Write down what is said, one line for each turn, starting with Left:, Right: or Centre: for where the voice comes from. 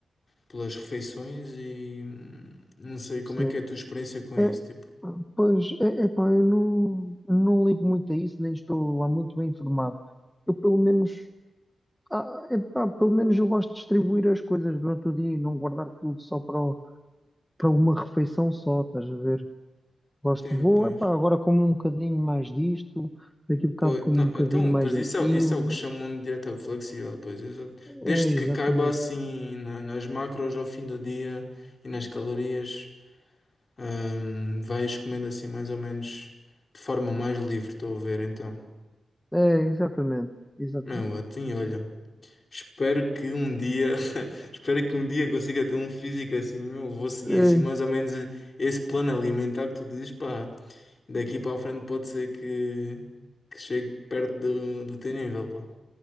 Left: pelas refeições e hum, não sei como
Centre: Sim.
Left: é que é a tua experiência com isso,
Centre: É,
Left: tipo.
Centre: pois, é, epá, eu não, não ligo muito a isso, nem estou lá muito bem informado. Eu, pelo menos, ah, epá, pelo menos eu gosto de distribuir as coisas durante o dia e não guardar tudo só para, o- para uma refeição só, estás a ver? Gosto
Left: Sim,
Centre: de, vou,
Left: pois.
Centre: epá, agora como um bocadinho mais disto, daqui a bocado
Left: Pô,
Centre: como
Left: não,
Centre: um bocadinho
Left: então,
Centre: mais
Left: pois
Centre: daquilo.
Left: isso é, isso é o que chamam de dieta flexível, pois, exato. Desde
Centre: É, exatamente.
Left: que caiba assim na- nas macros ao fim do dia e nas calorias, hum, vais comendo assim mais ou menos de forma mais livre, estou a ver, então.
Centre: É, exatamente. Exatamente.
Left: Meu, assim, olha, espero que um dia, <laughs> espero que um dia consiga ter um físico assim, meu, vou seguir
Centre: É,
Left: assim mais ou menos esse plano alimentar que tu dizes, pá. Daqui para a frente pode ser que, que chegue perto do, do teu nível, pá.